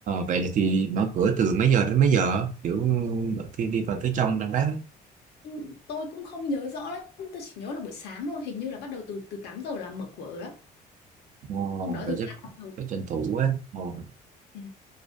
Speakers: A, on the right (about 50°); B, on the left (about 75°).
A: vậy là thì mở cửa từ mấy giờ đến mấy giờ? Kiểu khi đi vào phía trong Đà Bắc ấy.
B: Ừ, Tôi cũng không nhớ rõ lắm, tôi chỉ nhớ là buổi sáng thôi, hình như là bắt đầu từ từ 8 giờ là mở cửa rồi đó.
A: Ồ,
B: Hôm đó
A: vậy
B: từ
A: chắc
B: ra rồi.
A: phải tranh thủ á. Ồ.
B: Ừ.